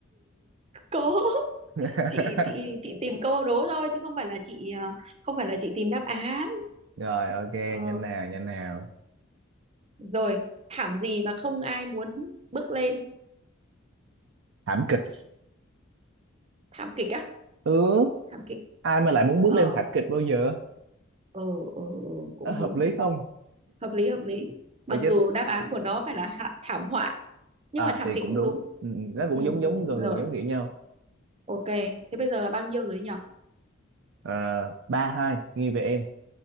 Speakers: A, on the right; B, on the right.
A: cố
B: <laughs>
A: chị chị chị tìm câu đố thôi chứ không phải là chị ờ, không phải là chị tìm đáp án
B: rồi ok nhanh
A: ờ,
B: nào nhanh nào
A: rồi thảm gì mà không ai muốn bước lên
B: thảm kịch
A: thảm kịch á
B: ừ
A: thảm kịch
B: ai mà lại muốn bước
A: ờ
B: lên thảm kịch bao giờ
A: ờ ờ ờ, cũng
B: Ờ, hợp
A: đúng
B: lý không
A: hợp lý hợp lý mặc
B: vậy chứ
A: dù đáp án của nó phải là hạ- thảm họa nhưng
B: à
A: mà thảm
B: thì
A: kịch
B: cũng
A: cũng
B: đúng
A: đúng
B: ừ, ừ, nó cũng
A: ừ,
B: giống giống
A: ừ
B: gần gần
A: rồi
B: giống nghĩa nhau
A: ok thế bây giờ là bao nhiêu rồi nhỉ
B: à, ba hai nghi về em